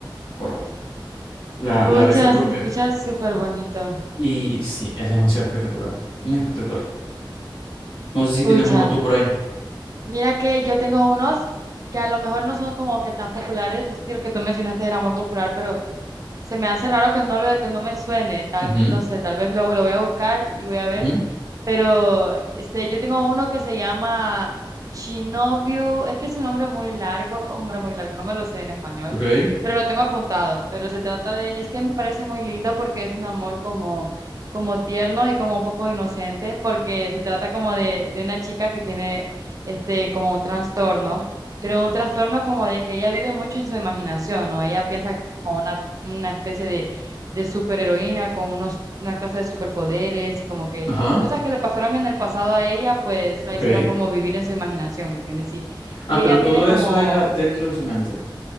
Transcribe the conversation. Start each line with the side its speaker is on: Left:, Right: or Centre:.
Left: acuerdo. La,
Right: Pucha,
Left: la besa por
Right: se
Left: primera
Right: escucha súper bonito.
Left: y sí, es demasiado espectacular, muy espectacular. No sé si
Right: Pucha.
Left: tienes uno tú por ahí.
Right: Mira que yo tengo unos que a lo mejor no son como que tan populares, no sé si el que tú mencionaste era muy popular, pero se me hace raro que no lo, que no me suene, tal,
Left: Ujú,
Right: no sé, tal vez lo, lo voy a buscar y voy a ver,
Left: ujú,
Right: pero este, yo tengo uno que se llama Shinobu, es que es un nombre muy largo, un nombre muy largo, no me lo sé en español,
Left: ok,
Right: pero lo tengo apuntado, pero se trata de, es que me parece muy lindo porque es un amor como como tierno y como un poco inocente, porque se trata como de, de una chica que tiene este, como un trastorno, pero un trastorno como de que ella vive mucho en su imaginación, ¿no? Ella piensa que es como una, una especie de, de superheroína con unos, una clase de superpoderes y como que
Left: ajá,
Right: cosas que le pasaron en el pasado a ella, pues la
Left: ok.
Right: hicieron como vivir en su imaginación, ¿me entiendes? Y, y
Left: Ah,
Right: ella
Left: pero
Right: tiene
Left: todo
Right: como,
Left: eso era dentro de su mente.